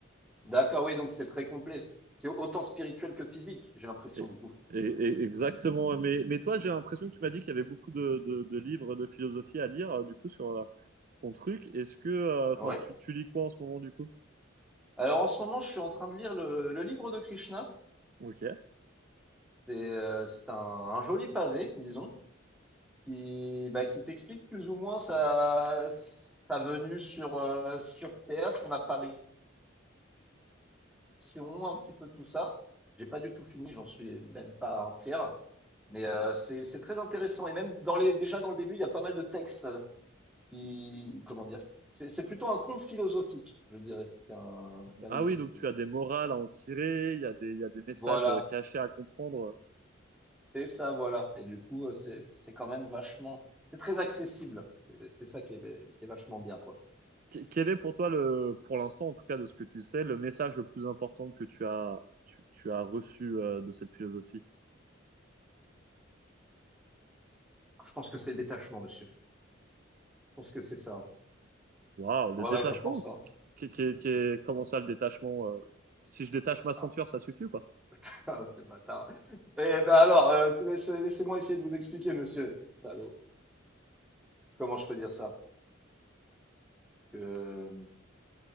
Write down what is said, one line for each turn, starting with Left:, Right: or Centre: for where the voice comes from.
Centre: D'accord, oui, donc c'est très complet. C'est autant spirituel que physique, j'ai l'impression
Right: Et,
Centre: du coup.
Right: et- et- exactement. Mais, mais toi, j'ai l'impression que tu m'as dit qu'il y avait beaucoup de, de, de livres de philosophie à lire, euh, du coup, sur euh, ton truc. Est-ce que, euh, enfin,
Centre: Ah ouais?
Right: tu, tu lis quoi en ce moment, du coup?
Centre: Alors en ce moment, je suis en train de lire le, le livre de Krishna.
Right: Ok.
Centre: C'est euh, c'est un un joli pavé, disons. qui, bah, qui t'explique plus ou moins sa, sa venue sur, euh, sur Terre, son apparition, un petit peu tout ça. J'ai pas du tout fini, j'en suis même pas un tiers. Mais euh, c'est c'est très intéressant. Et même dans les, déjà dans le début, il y a pas mal de textes qui, comment dire, c'est c'est plutôt un conte philosophique, je dirais, qu'un qu'un
Right: Ah
Centre: livre
Right: oui,
Centre: de
Right: donc
Centre: philosophie.
Right: tu as des morales à en tirer, il y a des, il y a des messages
Centre: Voilà,
Right: euh, cachés à comprendre.
Centre: c'est ça, voilà. Et du coup, euh, c'est c'est quand même vachement, c'est très accessible. C'est c'est ça qui est, qui est vachement bien, quoi.
Right: Qu- quel est pour toi le, pour l'instant en tout cas de ce que tu sais, le message le plus important que tu as, tu, tu as reçu euh, de cette philosophie?
Centre: Je pense que c'est le détachement, monsieur. Je pense que c'est ça.
Right: Waouh, le
Centre: Ouais,
Right: détachement?
Centre: ouais, je pense,
Right: Qui,
Centre: hein.
Right: qui, qui- qui est- comment ça le détachement? euh si je détache
Centre: Bâtard.
Right: ma ceinture, ça suffit ou pas?
Centre: <laughs> Ce bâtard. Eh ben alors, euh, laissez, laissez-moi essayer de vous expliquer, monsieur. Salaud. Comment je peux dire ça? Que...